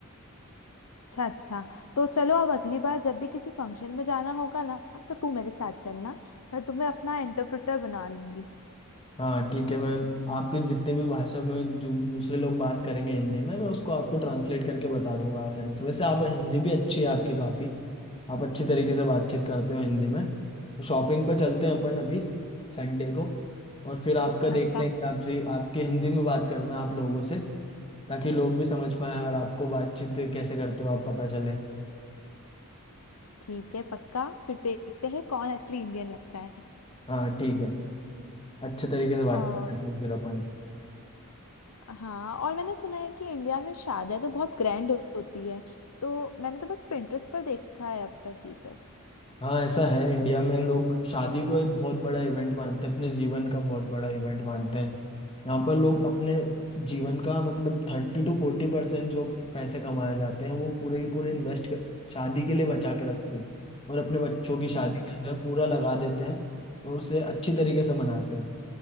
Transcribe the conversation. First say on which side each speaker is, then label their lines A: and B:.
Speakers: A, on the left; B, on the left.
A: अच्छा अच्छा तो चलो अब अगली बार जब भी किसी फंक्शन में जाना होगा ना तो तू मेरे साथ चलना मैं तुम्हें अपना इंटरप्रेटर बना लूंगी
B: हाँ ठीक है मैं आपके जितने भी भाषा में जो दूसरे लोग बात करेंगे हिंदी में मैं उसको आपको ट्रांसलेट करके बता दूंगा आसानी से वैसे आप हिंदी भी अच्छी है आपकी काफ़ी आप अच्छी तरीके से बातचीत करते हो हिंदी में तो शॉपिंग पर चलते हैं अपन अभी संडे को और फिर आपका
A: अच्छा
B: देखते हैं कि आपसे आपकी हिंदी में बात करना आप लोगों से ताकि लोग भी समझ पाए और आपको बातचीत कैसे करते हो आप पता चले
A: ठीक है पक्का फिर देखते हैं कौन असली इंडियन लगता है
B: हाँ ठीक है अच्छे तरीके से बातचीत
A: और
B: करेंगे फिर अपन
A: हाँ और मैंने सुना है कि इंडिया में शादियां तो बहुत ग्रैंड होती है तो मैंने तो बस पिंटरेस्ट पर देखा है अब तक ये सब
B: हाँ ऐसा है इंडिया में लोग शादी को एक बहुत बड़ा इवेंट मानते हैं अपने जीवन का बहुत बड़ा इवेंट मानते हैं यहाँ पर लोग अपने जीवन का मतलब थर्टी टू फोर्टी परसेंट जो पैसे कमाए जाते हैं वो पूरे के पूरे इन्वेस्ट कर शादी के लिए बचा के रखते हैं और अपने बच्चों की शादी
A: ओह
B: के अंदर पूरा लगा देते हैं और उसे अच्छी तरीके से मनाते हैं